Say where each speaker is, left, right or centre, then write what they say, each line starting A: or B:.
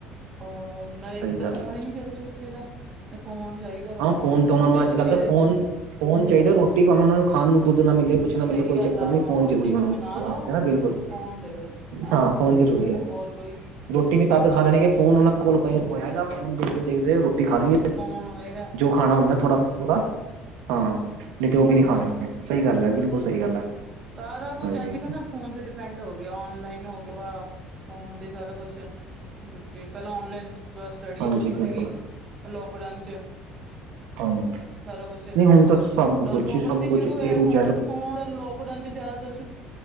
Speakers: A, on the right; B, on the right.
A: ਹੋਰ, ਨਾਲੇ ਇੱਕ
B: ਸਹੀ
A: ਤਾਂ
B: ਗੱਲ
A: ਫੋਨ
B: ਹੈ
A: ਹੀ ਨਹੀਂ ਛੱਡਦੇ ਬੱਚੇ ਤਾ। ਤੇ ਫੋਨ ਚਾਹੀਦਾ ਵਾ
B: ਹਾਂ
A: ਫੋਨ
B: ਤਾਂ
A: ਛੋਟੇ
B: ਉਹਨਾਂ ਨੂੰ ਅੱਜ
A: ਬੱਚੇ
B: ਕੱਲ੍ਹ ਤਾਂ
A: ਜੇ
B: ਫੋਨ ਫੋਨ ਚਾਹੀਦਾ ਰੋਟੀ ਭਾਵੇਂ ਉਹਨਾਂ ਨੂੰ ਖਾਣ ਨੂੰ ਦੁੱਧ ਨਾ ਮਿਲੇ ਕੁਛ ਨਾ ਮਿਲੇ
A: ਸਹੀ
B: ਕੋਈ
A: ਗੱਲ
B: ਚੱਕਰ
A: ਆ
B: ਨਹੀਂ ਫੋਨ
A: ਰੋਟੀ
B: ਜਰੂਰੀ
A: ਭਾਵੇਂ
B: ਹੋਨਾ ਰਾਸਤੇ
A: ਦੋ
B: ਨਾ ਬਿਲਕੁਲ
A: ਫੋਨ ਦੇ ਦੋ ਹਾਂਜੀ
B: ਹਾਂ। ਫੋਨ
A: ਸਹੀ
B: ਜ਼ਰੂਰੀ
A: ਗੱਲ
B: ਹੈ
A: ਆ ਹੋਰ ਕੋਈ
B: ਰੋਟੀ ਵੀ ਤਦ
A: ਹੋਰ
B: ਖਾ ਲੈਣਗੇ
A: ਕੀ ਆ
B: ਫੋਨ ਉਹਨਾਂ <unintelligible> ਫੋਨ ਦੇਖਦੇ ਦੇਖਦੇ ਰੋਟੀ ਖਾ ਲੈਂਗੇ
A: ਫੋਨ ਹੋਇਗਾ
B: ਔ ਖਾਣਾ ਹੁੰਦਾ ਥੋੜਾ ਬਹੁਤਾ ਹਾਂ ਨਹੀਂ ਤੇ ਉਹ ਵੀ
A: ਹਾਂਜੀ
B: ਨਹੀਂ ਖਾਣ ਗੇ, ਸਹੀ ਗੱਲ ਹੈ ਬਿਲਕੁਲ ਸਹੀ ਗੱਲ ਹੈ।
A: ਸਾਰਾ ਕੁਛ
B: ਹਾਂਜੀ
A: ਅੱਜ ਕੱਲ੍ਹ ਨਾ ਫੋਨ ਤੇ ਡਿਪੈਂਡ ਹੋ ਗਿਆ ਔਨਲਾਈਨ ਹੋ ਗਿਆ ਵਾ ਫੋਨ ਤੇ ਸਾਰਾ ਕੁਛ ਬੱਚੇ ਪਹਿਲਾਂ ਓਨਲਾਈਨ ਸਟਡੀ
B: ਹਾਂਜੀ
A: ਹੋ ਗਈ
B: ਬਿਲਕੁਲ
A: ਸੀਗੀ ਐ ਲੌਕਡਾਊਨ ਚ
B: ਹਾਂਜੀ
A: ਸਾਰਾ ਕੁਛ
B: ਨਹੀਂ ਹੁਣ ਤਾਂ ਸਭ
A: ਲੋਕ
B: ਕੁਛ
A: ਲੋਕਡਾਊਨ
B: ਹੀ ਸਭ
A: ਤੇ
B: ਕੁਛ
A: ਸ਼ੁਰੂ ਹੋਇਆ
B: ਏ ਟੂ
A: ਫੋਨ,
B: ਜੈਡ
A: ਫੋਨ ਲੋਕ ਲੋਕਡਾਓਨ ਚ ਜਿਆਦਾ ਤ